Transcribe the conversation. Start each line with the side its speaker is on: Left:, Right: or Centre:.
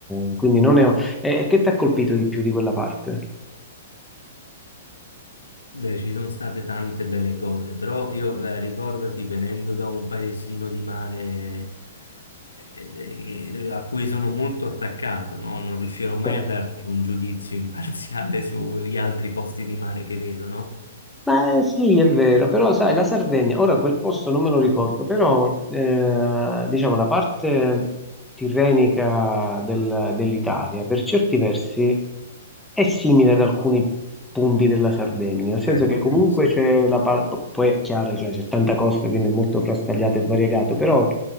Centre: eh, quindi non ne ho e, e che ti ha colpito di più di quella parte?
Left: Beh, ci sono state tante belle cose, però io eh, ricordati venendo da un paesino di mare eh, eh, a cui sono molto attaccato, no? Non riuscirò mai
Centre: Sì.
Left: a darti un giudizio imparziale <laughs> sugli altri posti di mare che vedo, no?
Centre: Ma sì, è vero, però sai, la Sardegna, ora quel posto non me lo ricordo, però eh, diciamo la parte tirrenica del- dell'Italia per certi versi è simile ad alcuni punti della Sardegna, nel senso
Left: Beh,
Centre: che comunque
Left: verissimo.
Centre: c'è la parte, poi è chiaro, cioè, c'è tanta costa, quindi è molto frastagliato e variegato, però